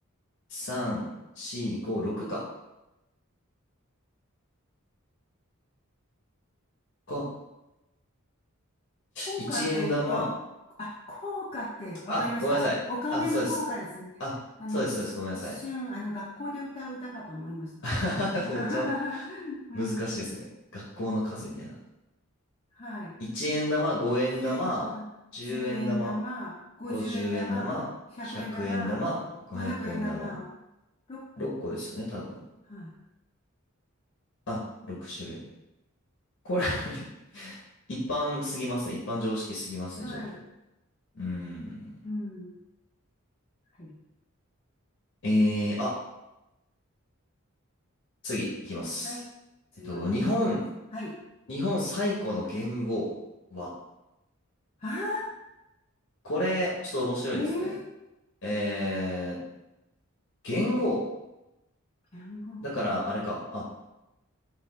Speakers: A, on the left; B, on the left.
A: 3、4、5、6か。か、
B: 効果って、
A: 1円玉。
B: が、あ、効果って、わかりました。
A: あ、ごめんなさい。
B: お金の効果ですね。
A: あ、そうです。あ、
B: あの、
A: そうです、
B: いし一瞬、
A: そうです。ごめんなさい。
B: あの、学校で歌う歌かと思いました。
A: <laughs>
B: <laughs>
A: めっちゃ
B: うん。
A: 難しいですね。学校の数みたいな。
B: はい。
A: 1円玉、5円玉、
B: 1円のこう10円玉、
A: 10円玉、
B: 50円玉、
A: 50円玉、
B: 100円玉、
A: 100円玉、500円玉。
B: 500円玉、6個。
A: 6個ですよね、多分。
B: は
A: あ、6種類。これ <laughs> 一般すぎますね。
B: い。
A: 一般常識すぎますね、
B: はい。
A: ちょっと。うーん。
B: うん。はい。
A: えー、あ、次いきます。
B: はい。次お願いします。
A: えっと、日本、
B: はい。
A: 日本最古の元号は、
B: ああ、
A: これ、ちょっと面白いですね。
B: ええー、
A: えー、元号
B: 言語
A: だから、あれか。あ、